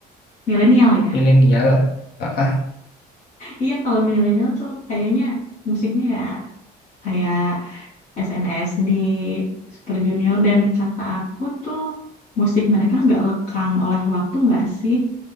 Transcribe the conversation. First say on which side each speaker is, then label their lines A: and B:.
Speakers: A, on the left; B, on the left.
A: Milenial ya?
B: milenial. Ah, ah,
A: Iya, kalau milenial tuh kayaknya musiknya ya kayak SNSD, Super Junior, dan kata aku tuh musik mereka nggak lekang oleh waktu nggak sih?